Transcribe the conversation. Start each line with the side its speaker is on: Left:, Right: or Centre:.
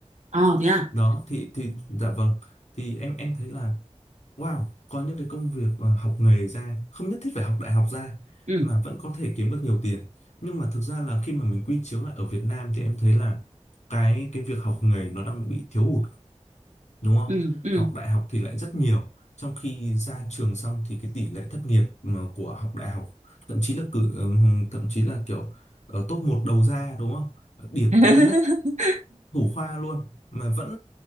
Right: ờ thế à
Left: đó thì thì dạ vâng thì em em thấy là wow có những cái công việc ờ, học nghề ra không nhất thiết phải học đại học ra
Right: ừ
Left: mà vẫn có thể kiếm được nhiều tiền nhưng mà thực ra là khi mà mình quy chiếu lại ở Việt Nam thì em thấy là cái cái việc học nghề nó đang bị thiếu hụt đúng không?
Right: ừ ừ
Left: Học đại học thì lại rất nhiều, trong khi ra trường xong thì cái tỷ lệ thất nghiệp mà của học đại học thậm chí là cử ờ, thậm chí là kiểu ờ, top một đầu ra đúng không? Điểm
Right: <laughs>
Left: cao nhất thủ khoa luôn mà vẫn